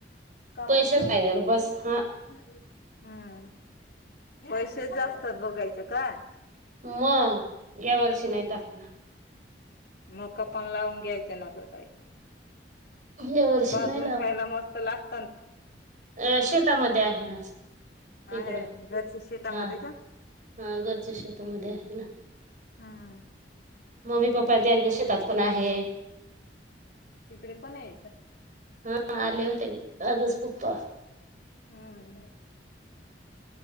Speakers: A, on the left; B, on the right.
A: कापूसच.
B: पैसेच पाहिजेल बस
A: हम्म,
B: हा
A: पैसे जास्त बघायचे कायं.
B: मगं या वर्षी नाही टाकला.
A: मक्का पन लावून घ्यायचं ना गं ताई.
B: या वर्षी
A: भाजून
B: नाही लाव
A: खायलां मस्तं लाग-
B: अ शेतामध्ये आहे ना. तिकडं
A: आहे घरच्या शेतामध्ये
B: हा
A: का
B: हा घरच्या शेतामध्ये आहे ना.
A: हा.
B: मम्मी पप्पा त्यांच्या शेतात पणं आहे.
A: तिकडे पणं आहेेत.
B: हा आले होते आजच पप्पा.
A: हम्म